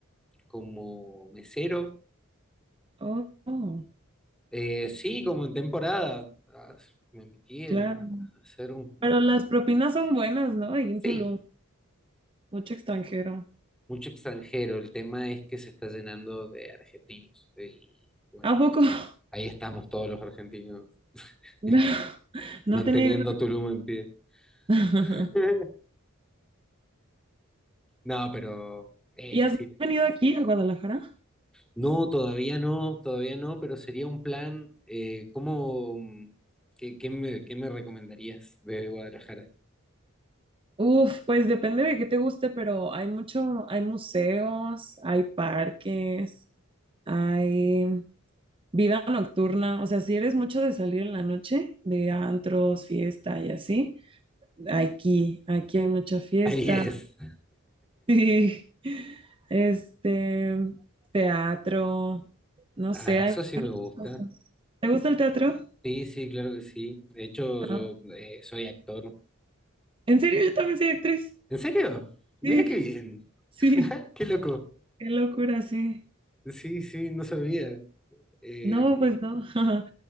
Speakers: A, in the centre; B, on the right.
A: como mesero
B: Oh, oh,
A: Eh, sí, como en temporada, ah, me metí en-
B: claro.
A: a hacer un, un-
B: Pero las propinas son buenas, ¿no? Ahí en
A: sí,
B: Tulum, mucho extranjero.
A: mucho extranjero. El tema es que se está llenando de argentinos. eh, Y bueno,
B: ¿A poco? <laughs>
A: ahí estamos todos los argentinos <laughs>
B: No, no
A: manteniendo
B: tenía idea.
A: a Tulum en pie.
B: <laughs>
A: <laughs> No, pero eh,
B: ¿Y has
A: sí.
B: venido aquí a Guadalajara?
A: No, todavía no, todavía no, pero sería un plan. eh, ¿cómo, qué, qué me, qué me recomendarías de Guadalajara?
B: Uf, pues depende de qué te guste, pero hay mucho, hay museos, hay parques, hay vida nocturna. O sea, si eres mucho de salir en la noche, de antros, fiesta y así, aquí, aquí hay mucha fiesta.
A: <laughs> Ahí es.
B: <laughs> Sí, este, teatro, no
A: Ah,
B: sé,
A: eso
B: hay
A: sí
B: muchas
A: me gusta.
B: cosas. ¿Te gusta el teatro?
A: Sí, sí, claro que sí. De hecho,
B: Ah,
A: yo eh, soy actor.
B: ¿en serio? Yo también soy actriz.
A: ¿En serio? Mira
B: Sí,
A: qué bien.
B: sí,
A: <laughs> Qué loco.
B: qué locura, sí.
A: Sí, sí, no sabía. Eh,
B: No, pues no. <laughs>